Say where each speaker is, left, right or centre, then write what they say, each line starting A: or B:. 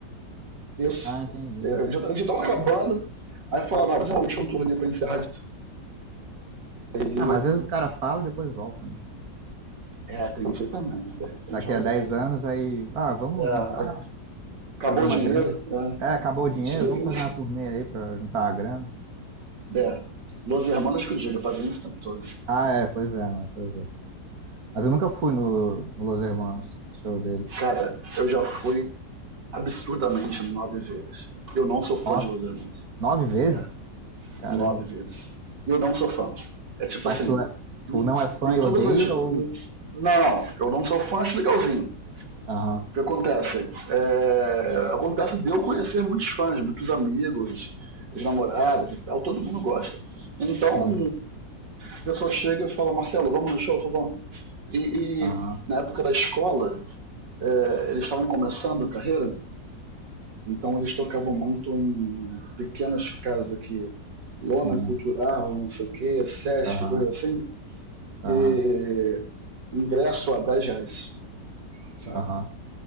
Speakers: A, on the right; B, on the right.
A: Isso.
B: Ah, entendi.
A: É, já estavam acabando, aí falaram, ah, fazer um último turnê pra encerrar isso. Aí,
B: Ah, mas às vezes o cara fala e depois volta, né?
A: é, tem isso aí também, né? De repente
B: Daqui
A: rola
B: a 10
A: isso.
B: anos aí, ah, vamos
A: É,
B: juntar,
A: acabou
B: fazer
A: o
B: uma
A: dinheiro,
B: grana.
A: é,
B: É, acabou o dinheiro,
A: isso aí.
B: vamos fazer
A: <laughs>
B: uma turnê aí pra juntar a grana.
A: É, Los Hermanos que eu diga, fazendo isso o tempo todo.
B: Ah, é, pois é, né? Pois é. Mas eu nunca fui no, no Los Hermanos, show deles.
A: Cara, eu já fui absurdamente nove vezes. Eu não sou fã
B: Nove,
A: de Los Hermanos.
B: nove vezes?
A: É,
B: Caramba.
A: nove vezes. E eu não sou fã. É tipo
B: Mas
A: assim,
B: tu, é- tu
A: em,
B: não é fã
A: em
B: e
A: todas
B: odeia
A: as.
B: ou.
A: em- não, não, eu não sou fã, acho legalzinho.
B: Aham,
A: O que acontece? É, acontece de eu conhecer muitos fãs, muitos amigos, os namorados e tal, todo mundo gosta. Então,
B: sim,
A: a pessoa chega e fala, Marcelo, vamos no show, Eu falo, vamos. E,
B: aham,
A: e na época da escola, é, eles estavam começando a carreira, então eles tocavam muito em pequenas casas aqui, lona
B: sim,
A: cultural, não sei o que, Sesc,
B: aham,
A: coisa assim,
B: aham,
A: e ingresso a 10 reais, sabe?
B: aham.